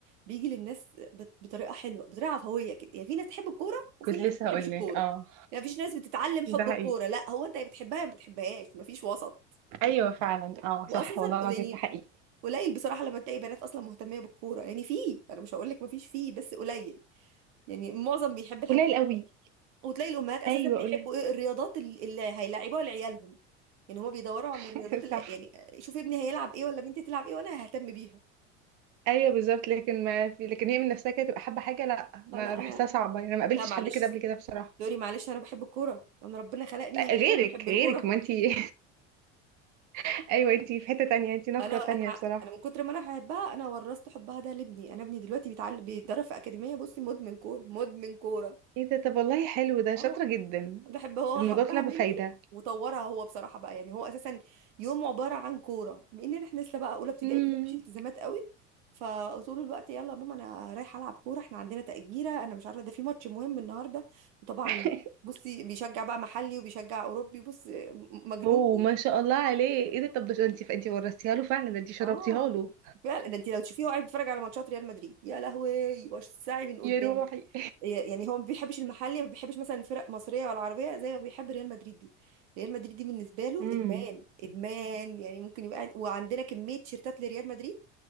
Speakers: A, on the right; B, on the right.
A: بيجي للناس بط- بطريقة حلوة بطريقة عفوية كده يعني في ناس تحب الكورة وفي
B: كنت
A: ناس
B: لسه
A: ما بتحبش
B: هقول
A: الكورة
B: لك اه
A: يعني مفيش ناس بتتعلم حب
B: ده حقيقي
A: الكورة لا هو انت يا بتحبها يا ما بتحبهاش مفيش وسط
B: أيوه فعلا اه
A: وأساسا
B: صح والله العظيم
A: يعني
B: ده حقيقي
A: قليل بصراحة لما تلاقي بنات أصلا مهتمية بالكورة يعني في أنا مش هقول لك مفيش فيه بس قليل يعني معظم بيحب الحاجات
B: قليل
A: التانية.
B: قوي
A: وتلاقي الأمهات أساسا
B: أيوه
A: بيحبوا
B: قليل
A: إيه الرياضات ال- اللي هيلعبوها لعيالهم يعني هما بيدوروا على الرياضات
B: <laughs>
A: اللي
B: صح
A: يعني شوف ابني هيلعب إيه ولا بنتي تلعب إيه وأنا ههتم بيها
B: أيوه بالظبط لكن ما في لكن هي من نفسها كده تبقى حابة حاجة لا ما
A: لا لا
B: بحسها
A: انا
B: صعبة يعني أنا ما قابلتش
A: لا معلش
B: حد كده قبل كده بصراحة
A: دوري معلش انا بحب الكوره انا ربنا خلقني
B: لا،
A: فتاة
B: غيرك
A: بحب الكوره
B: غيرك ما أنتي <laughs> أيوه أنتي في حتة تانية أنتي نقرة
A: انا انا
B: تانية بصراحة
A: انا من كتر ما انا بحبها انا ورثت حبها ده لابني انا ابني دلوقتي بيتعلم بيتدرب في اكاديميه بصي مدمن كوره مدمن كوره
B: ايه ده طب والله حلو ده
A: اه
B: شاطرة جدا
A: بحب هو
B: الموضوع
A: حبها
B: طلع بفايدة
A: مني وطورها هو بصراحه بقى يعني هو اساسا يوم عباره عن كوره بان احنا لسه بقى اولى ابتدائي
B: امم
A: كده مفيش التزامات قوي فطول الوقت يلا يا ماما انا رايحه العب كوره احنا عندنا تأجيرة انا مش عارفه ده في ماتش مهم النهارده وطبعا
B: <laughs>
A: بصي بيشجع بقى محلي وبيشجع اوروبي بص مجنون
B: اوه
A: كورة.
B: ما شاء الله عليه ايه ده طب ده انت انت ورثتيها له فعلا ده انت شربتيها
A: اه
B: له
A: فعلا ده انت لو تشوفيه هو قاعد بيتفرج على ماتشات ريال مدريد يا لهوي وش ساعي من قدام
B: يا روحي
A: يعني هو ما بيحبش المحلي ما بيحبش مثلا فرق مصريه ولا عربيه زي ما بيحب ريال مدريد دي ريال مدريد دي بالنسبه
B: <laughs>
A: له
B: امم
A: ادمان ادمان يعني ممكن يبقى وعندنا كميه تيشيرتات لريال مدريد